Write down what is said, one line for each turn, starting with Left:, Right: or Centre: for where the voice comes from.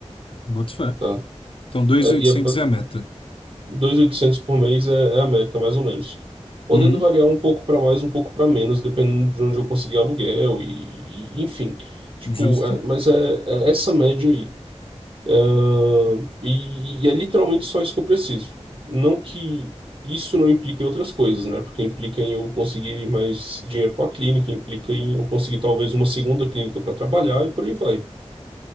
Left: Boto fé.
Right: tá?
Left: Então, 2.800
Right: É, e é, ba-
Left: é a meta.
Right: 2.800 por mês é, é a meta, mais ou menos. Podendo
Left: Uhum.
Right: variar um pouco para mais, um pouco para menos, dependendo de onde eu conseguir aluguel e, e- enfim. Tipo,
Left: Justo.
Right: é, mas é, é essa média aí. Ahn, e, e é literalmente só isso que eu preciso. Não que isso não implique em outras coisas, né? Porque implica em eu conseguir mais dinheiro para a clínica, implica em eu conseguir talvez uma segunda clínica para trabalhar e por aí vai.